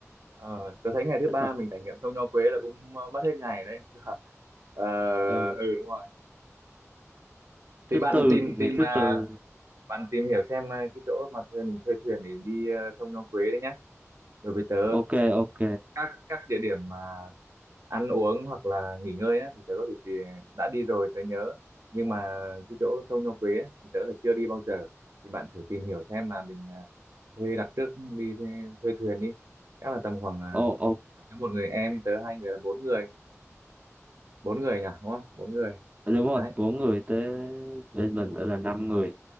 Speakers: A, on the right (about 75°); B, on the right (about 25°).
A: Ờ, tớ thấy ngày thứ
B: thích
A: ba
B: thật
A: mình trải nghiệm sông Nho Quế là cũng ờ, mất hết ngày đấy <laughs> Ờ,
B: ừ.
A: ừ đúng rồi
B: thứ
A: thì bạn
B: tư
A: tìm
B: ngày
A: tìm
B: thứ
A: ờ,
B: tư
A: bạn tìm hiểu xem ờ, cái chỗ mà thuê mình thuê thuyền để đi ờ, sông Nho Quế đấy nhá bởi vì tớ
B: ok ok
A: các các địa điểm mà ăn uống hoặc là nghỉ ngơi á thì tớ có thể thì đã đi rồi tớ nhớ nhưng mà cái chỗ sông Nho Quế á, thì tớ là chưa đi bao giờ thì bạn thử tìm hiểu xem là mình à, thuê đặt trước đi thuê, thuê thuyền đi chắc là tầm khoảng à,
B: ồ ồ
A: nếu một người em tớ hai người là bốn người bốn người nhỉ đúng không bốn người
B: đúng rồi
A: đấy
B: bốn người tới bên mình nữa là năm người